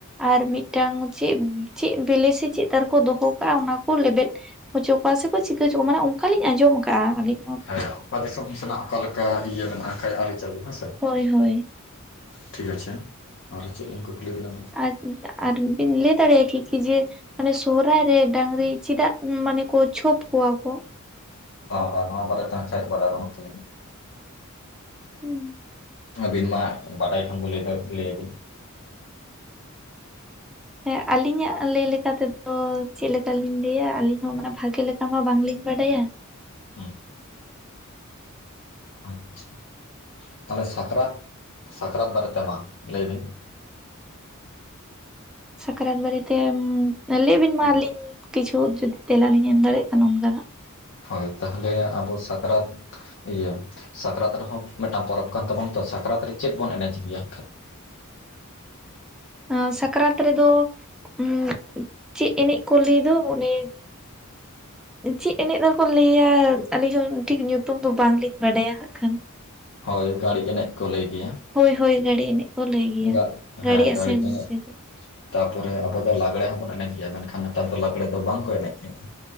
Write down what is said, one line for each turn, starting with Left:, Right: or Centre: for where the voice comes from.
Centre: ᱟᱨ ᱢᱤᱫᱴᱟᱝ ᱪᱮᱫ ᱪᱮᱫ ᱵᱮᱞᱮ ᱥᱮ ᱪᱮᱫ ᱛᱟᱨᱠᱚ ᱫᱚᱦᱚ ᱠᱟᱜᱼᱟ ᱚᱱᱟ ᱾ ᱞᱮᱵᱮᱫ ᱦᱚᱪᱚ ᱠᱚᱣᱟ ᱥᱮᱠᱚ ᱪᱤᱠᱟᱹ ᱦᱚᱪᱚ ᱠᱚᱣᱟ ᱢᱟᱱᱮ ᱚᱱᱠᱟᱞᱤᱧ ᱟᱸᱡᱚᱢ ᱟᱠᱟᱫᱼᱟ ᱟᱹᱞᱤᱧ ᱾
Left: ᱦᱮᱸ ᱚᱠᱟ ᱫᱤᱥᱚᱢ ᱥᱮᱱᱟᱜ ᱚᱠᱟᱮᱠᱟ ᱤᱭᱟᱹ ᱢᱮᱱᱟᱜᱼᱟ ᱠᱷᱟᱱᱡ ᱟᱹᱨᱤᱪᱟᱹᱞᱤ ᱦᱮᱸ
Centre: ᱦᱳᱭ ᱦᱳᱭ
Left: ᱴᱷᱤᱠ ᱟᱪᱷᱮ ᱟᱨ ᱪᱮᱫ ᱠᱚ ᱠᱩᱞᱤ ᱡᱮᱤᱱᱟ?
Centre: ᱟᱨ ᱟᱨ ᱵᱤᱱ ᱞᱟᱹᱭ ᱫᱟᱲᱮᱭᱟᱜᱼᱟ ᱠᱤ ᱠᱤ ᱡᱮ ᱢᱟᱱᱮ ᱥᱚᱦᱨᱟᱭ ᱨᱮ ᱰᱟᱝᱨᱤ ᱪᱮᱫᱟᱜ ᱢᱟᱱᱮ ᱠᱚ ᱪᱷᱚᱯ ᱠᱚᱣᱟ ᱠᱚ
Left: ᱦ ᱵᱟᱨ ᱱᱚᱣᱟ ᱵᱟᱨᱮ ᱛ ᱠᱷᱟᱭᱟᱨ ᱵᱟᱲᱟᱟᱣ ᱛ ᱞ <unintelligible>
Centre: ᱦᱩᱸ
Left: ᱟᱹᱵᱤᱱ ᱢᱟ ᱵᱟᱰᱟᱭ ᱠᱷᱚᱱ ᱵᱟᱰᱟᱭ ᱞᱟᱹᱭᱟᱵᱤᱱ ᱡᱮ
Centre: ᱦᱮᱸ ᱟᱹᱞᱤᱧᱟᱜ ᱞᱟᱹᱭ ᱞᱮᱠᱟ ᱛᱮᱫᱚ, ᱛᱚ ᱪᱮᱫ ᱞᱮᱠᱟᱞᱤᱧ ᱞᱟᱹᱭᱟ ᱟᱹᱞᱤᱧ ᱦᱚᱸ ᱢᱟᱱᱮ ᱵᱷᱟᱜᱮ ᱞᱮᱠᱟ ᱢᱟ ᱵᱟᱝᱞᱤᱧ ᱵᱟᱰᱟᱭ᱾
Left: ᱦᱩᱸ ᱟᱪᱷᱟ ᱛᱟᱦᱚᱞᱮ ᱥᱟᱠᱨᱟᱛ ᱥᱟᱠᱨᱟᱛ ᱵᱟᱨᱮᱛᱮ ᱢᱟ ᱞᱟᱹᱭ ᱵᱤᱱ?
Centre: ᱥᱟᱠᱨᱟᱛ ᱵᱟᱨᱮᱛᱮ ᱞᱟᱹᱭ ᱵᱤᱱ ᱢᱟ ᱟᱹᱞᱤᱧ ᱠᱤᱪᱷᱩ ᱡᱩᱫᱤ ᱛᱮᱞᱟᱞᱤᱧ ᱮᱢ ᱫᱟᱲᱮᱭᱟᱜ ᱠᱷᱱ ᱚᱱᱠᱟᱱᱟᱜ
Left: ᱦᱳᱭ ᱛᱟᱦᱚᱞᱮ ᱟᱵᱚ ᱥᱟᱠᱨᱟᱛ ᱤᱭᱟᱹ ᱥᱟᱠᱨᱟᱛ ᱨᱮᱦᱚᱸ ᱢᱤᱫᱴᱟᱝ ᱯᱚᱨᱚᱵᱽ ᱠᱟᱱ ᱛᱟᱵᱚᱱᱟ ᱛᱚ ᱥᱟᱠᱨᱟᱛ ᱨᱮ ᱪᱮᱫ ᱵᱚᱱ ᱮᱱᱮᱡ ᱜᱮᱭᱟ᱾
Centre: ᱟᱺ ᱥᱟᱠᱨᱟᱛ ᱨᱮ ᱫᱚ ᱩ ᱪᱮᱫ ᱮᱱᱮᱡ ᱠᱚ ᱞᱟᱹᱭ ᱫᱚ ᱚᱱᱮ ᱪᱮᱫ ᱮᱱᱮᱡ ᱨᱮᱠᱚ ᱞᱟᱹᱭᱟ ᱟᱹᱞᱤᱧ ᱦᱚᱸ ᱴᱷᱤᱠ ᱧᱩᱛᱩᱢ ᱫᱚ ᱵᱟᱝᱞᱤᱧ ᱵᱟᱰᱟᱭᱟ ᱦᱟᱸᱜ ᱠᱷᱟᱱ᱾
Left: ᱦᱳᱭ ᱜᱟᱹᱲᱤ ᱮᱱᱮᱡ ᱠᱚ ᱞᱟᱹᱭ ᱜᱮᱭᱟ᱾
Centre: ᱦᱳᱭ ᱦᱳᱭ ᱜᱟᱹᱰᱤ ᱮᱱᱮᱡ ᱠᱚ ᱞᱟᱹᱭ ᱜᱮᱭᱟ᱾
Left: ᱜᱟ
Centre: ᱜᱟᱹᱲᱤ
Left: ᱦᱮᱸ
Centre: ᱟᱥᱮᱱ
Left: ᱮᱱᱮᱡ
Centre: ᱥᱮ ᱪᱮᱫ
Left: ᱛᱟᱯᱚᱨᱮ ᱟᱵᱚ ᱫᱚ ᱞᱟᱜᱽᱲᱮ ᱦᱚᱸᱵᱚᱱ ᱮᱱᱮᱡ ᱜᱮᱭᱟ, ᱢᱮᱱᱠᱷᱟᱱ ᱱᱮᱛᱟᱨ ᱫᱚ ᱞᱟᱜᱽᱲᱮ ᱫᱚ ᱵᱟᱝᱠᱚ ᱮᱱᱮᱡ ᱜᱮ-ᱟ᱾